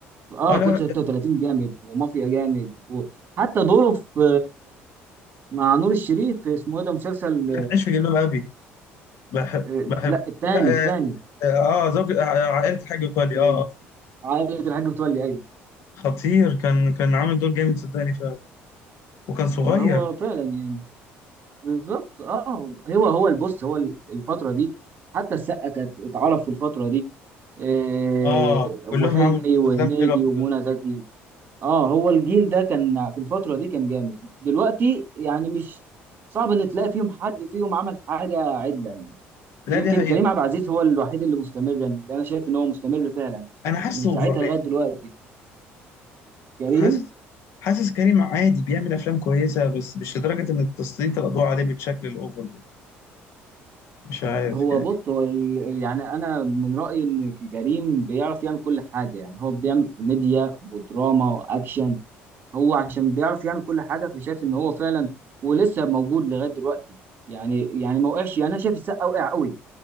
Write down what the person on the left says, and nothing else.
آه لا
ده-
لا عيش في جلباب أبي بحب
بحب
لا
آه, آه آه، زوج آه، آه، عائلة الحاج متولي
آه آه.
خطير كان كان عامل دور جامد صدقني فعلا وكان صغير
آه
كلهم عامل كو- أفلام
حلوة فعلا
لا
دي حقيقة
أنا حاسه
أوفر ريتد
حاسس حاسس كريم عادي بيعمل أفلام كويسة بس مش لدرجة إن تسليط الأضواء عليه بالشكل الأوفر ده مش عارف
يعني.